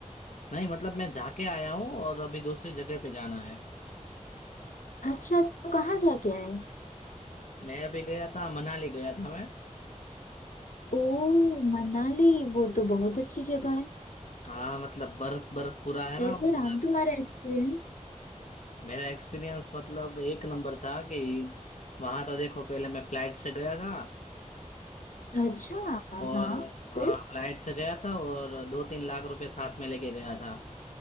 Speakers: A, on the left; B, on the left.
A: नहीं मतलब मैं जाके आया हूँ और अभी दूसरी जगह पे जाना है
B: अच्छा तो कहाँ जाके आए
A: मैं अभी गया था मनाली गया था मैं
B: ओ मनाली वो तो बहुत अच्छी जगह है
A: हाँ मतलब बर्फ बर्फ पूरा है
B: कैसे
A: ना उधर
B: रहा तुम्हारा एक्सपीरियंस
A: मेरा एक्सपीरियंस मतलब एक नंबर था कि वहां तो देखो पहले मैं फ्लाइट से गया था
B: अच्छा हाँ
A: और हाँ
B: फिर
A: फ्लाइट से गया था और दो तीन लाख रुपए साथ में लेके गया था